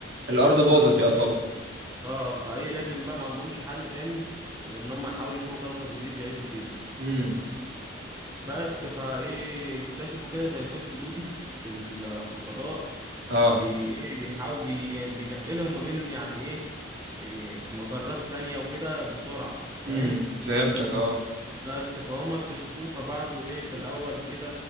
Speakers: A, on the right (about 60°); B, on the right (about 15°).
A: الارض باظت
B: انقرضت.
A: يعتبر
B: اه فايه لازم بقى ما عندهمش حل تاني غير ان هم يحاولوا يشوفوا كوكب جديد يعيشوا فيه
A: امم
B: بس فايه اكتشفوا كده زي ثقب دودي في ال- في الفضاء
A: اه
B: بي ايه بيحاول بي بينقلهم ما بين يعني ايه, إيه في مجرات تانية وكده بسرعة
A: امم
B: فاهم
A: فهمتك اه
B: لا بس فهم اكتشفوه فبعتوا ايه في الاول كده